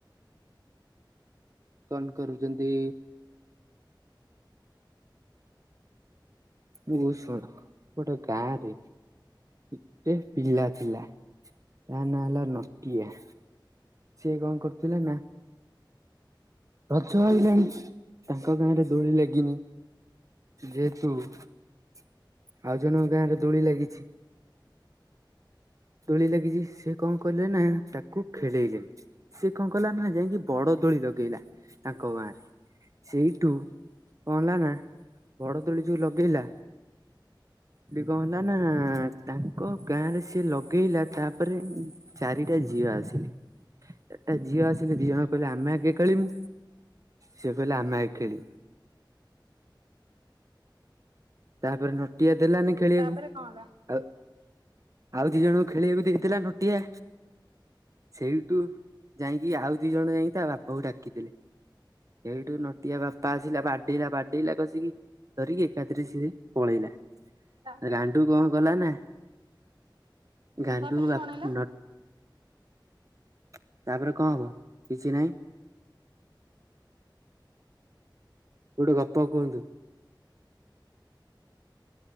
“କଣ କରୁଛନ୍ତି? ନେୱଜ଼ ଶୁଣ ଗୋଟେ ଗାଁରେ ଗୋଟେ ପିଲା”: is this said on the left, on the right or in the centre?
Right